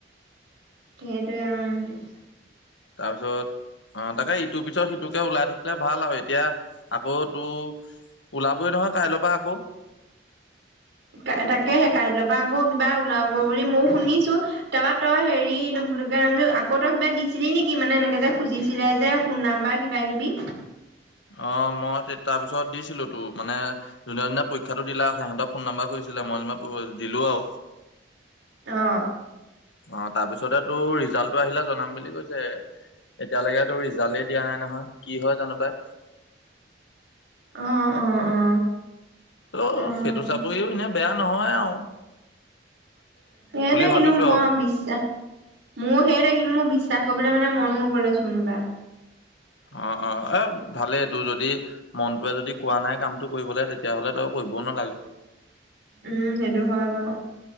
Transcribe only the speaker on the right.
সেটোৱে উ
কা তাকেহে কাইলৈৰ পৰা আকৌ কিবা ওলাব বুলি মইও শুনিছো। তাৰপৰা তই হেৰি- কে ৰমযে আকৌ তই কিবা দিছিলি নিকি মানে এনেকে যে খুজিছিলে যে ফোন নাম্বাৰ কিবা কিবি?
অ।
অ অ অ।
অ'।
সেইটোৱে
এনো মই
বিশ্বাস মোৰো সেইটোৱেই কিন্তু মোৰ বিশ্বাস কৰিবলে মানে মন নগ'লে চুনুবা।
উম সেইটো হয় বাউ।